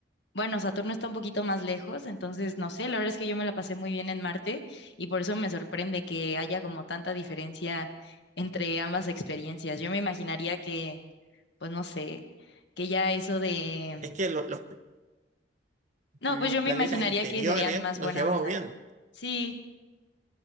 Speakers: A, on the left; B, on the right.
A: bueno, Saturno está un poquito más lejos, entonces no sé, la verdad es que yo me la pasé muy bien en Marte y por eso me sorprende que haya como tanta diferencia entre ambas experiencias. Yo me imaginaría que, pues no sé, que ya eso de
B: Es que lo- los
A: No,
B: Los
A: pues yo
B: planetas
A: me imaginaría
B: interiores
A: que serían más
B: nos
A: buena
B: llevamos
A: onda.
B: bien.
A: Sí,